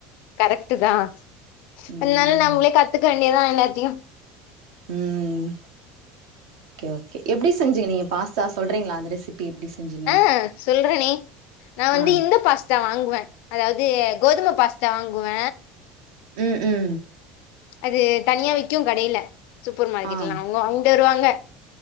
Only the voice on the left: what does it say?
கரெக்ட் தா
அதுனால நம்ளே கத்துக்க வேண்டியதா எல்லாத்யு
அ சொல்றனே நா வந்து
இந்த பாஸ் த்தா வாங்வே அதாவது கோதும பாஸ்த்தா வாங்குவ
அது தனியா விக்கிகு கடைல சூப்பர் மார்க்கெட்லா
அவுங் அவுங்க தருவாங்க